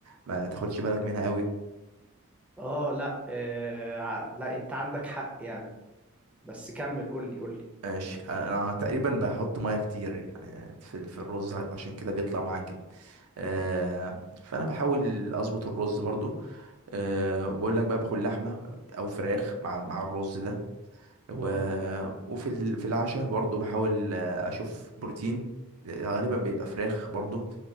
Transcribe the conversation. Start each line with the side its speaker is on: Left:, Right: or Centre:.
Right: ما تاخدش بالك منها قوي
Centre: اه لا آه. ع- لا انت عندك حق يعني بس كمل قول لي قول لي
Right: ماشي انا تقريبا بحط ميه كتير يعني في في الرز عشان كده بيطلع معجن آه، فانا بحاول اظبط الرز برضو آه، وبقول لك بقى باكل لحمه او فراخ مع مع الرز ده و...
Centre: اه
Right: وفي ال... في العشاء برضو بحاول آه، اشوف بروتين غالبا بيبقى فراخ برضو